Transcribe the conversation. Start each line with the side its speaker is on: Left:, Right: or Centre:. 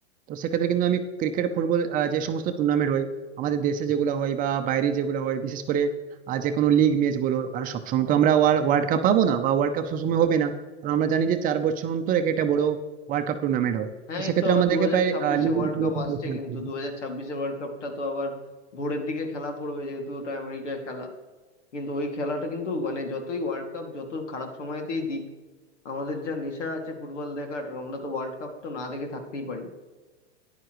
Right: তো সেক্ষেত্রে কিন্তু আমি ক্রিকেট ফুটবল আহ, যে সমস্ত টুর্নামেন্ট হয় আমাদের দেশে যেগুলো হয় বা বাইরে যেগুলো হয় বিশেষ করে আহ, যে কোনো লিগ ম্যাচ বলো কারণ সবসময় তো আমরা ওয়ার্ল্ড কাপ পাবো না বা ওয়ার্ল্ড কাপ সবসময় হবে না কারণ আমরা জানি যে চার বছর অন্তর এক একটা বড় ওয়ার্ল্ড কাপ টুর্নামেন্ট হয়
Left: হ্যাঁ
Right: তো সেক্ষেত্রে
Left: এই তো আবার
Right: আমাদেরকে
Left: দু হাজার
Right: প্রায়
Left: ছাব্বিশে
Right: আহ, league
Left: ওয়ার্ল্ড
Right: এর খেলা
Left: কাপ আসছে
Right: দেখতে
Left: কিন্তু
Right: হবে।
Left: দু হাজার ছাব্বিশে ওয়ার্ল্ড কাপটা তো আবার ভোরের দিকে খেলা পড়বে যেহেতু ওটা আমেরিকায় খেলা কিন্তু ওই খেলাটা কিন্তু মানে যতই ওয়ার্ল্ড কাপ যত খারাপ সময়তেই দিক আমাদের যা নেশা আছে ফুটবল দেখার আমরা তো ওয়ার্ল্ড কাপ তো না দেখে থাকতেই পারি না।